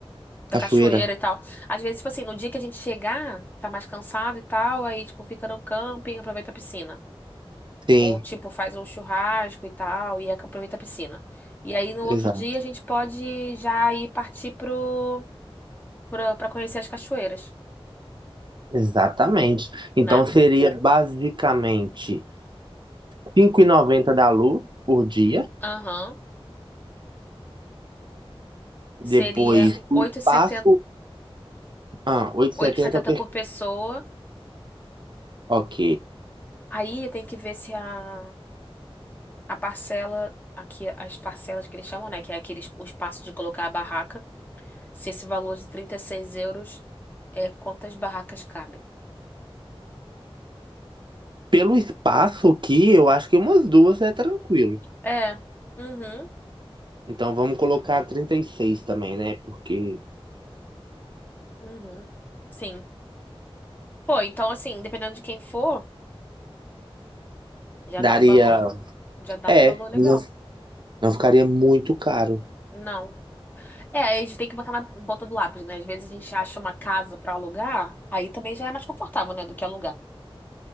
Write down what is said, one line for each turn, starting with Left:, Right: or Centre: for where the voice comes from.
Right: cachoeira.
Left: da cachoeira e tal. Às vezes, tipo assim, no dia que a gente chegar, tá mais cansado e tal, aí, tipo, fica no camping, aproveita a piscina.
Right: Sim,
Left: Ou, tipo, faz um churrasco e tal, e aproveita a piscina. E aí, no
Right: exa
Left: outro dia, a gente pode já ir partir pro. pra, pra conhecer as cachoeiras,
Right: exatamente. Então
Left: né?
Right: seria basicamente cinco e noventa da Lu por dia.
Left: Aham.
Right: Depois
Left: Seria oito
Right: o espaço.
Left: e setenta
Right: Ah, oito
Left: oito
Right: e setenta
Left: e setenta
Right: per.
Left: por pessoa.
Right: Ok.
Left: Aí tem que ver se a, a parcela, aqui as parcelas que eles chamam, né? Que é aquele o espaço de colocar a barraca. Se esse valor de 36 euros é quantas barracas cabem.
Right: Pelo espaço aqui, eu acho que umas duas é tranquilo.
Left: É. Uhum.
Right: Então vamos colocar 36 também, né? Porque
Left: Uhum. Sim. Pô, então assim, dependendo de quem for, já
Right: daria.
Left: dá um valor, já dá
Right: É,
Left: um valor legal.
Right: não, não ficaria muito caro.
Left: Não. É, aí a gente tem que botar na ponta do lápis, né? Às vezes a gente acha uma casa pra alugar, aí também já é mais confortável, né, do que alugar.